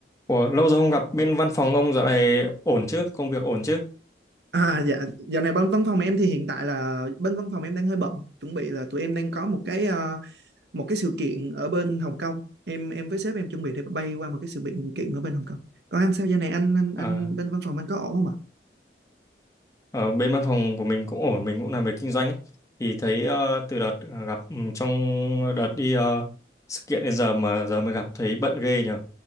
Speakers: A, on the left (about 20°); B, on the right (about 70°).
A: Ủa, lâu rồi không gặp bên văn phòng ông dạo này ổn chứ? Công việc ổn chứ?
B: À, dạ, dạo này bên văn phòng em thì hiện tại là bên văn phòng em đang hơi bận, chuẩn bị là tụi em đang có một cái ờ, một cái sự kiện ở bên Hồng Kông. Em em với sếp em chuẩn bị để bay qua một cái sự kiện kiện ở bên Hồng Kông. Còn anh sao giờ này anh anh anh
A: À,
B: bên văn phòng anh có ổn không ạ?
A: ở bên văn phòng của mình cũng ổn, mình cũng làm việc kinh doanh ấy. Thì thấy ờ, từ đợt ờ, gặp ừ, trong đợt đi ờ, sự kiện đến giờ mà giờ mới gặp thấy bận ghê nhờ.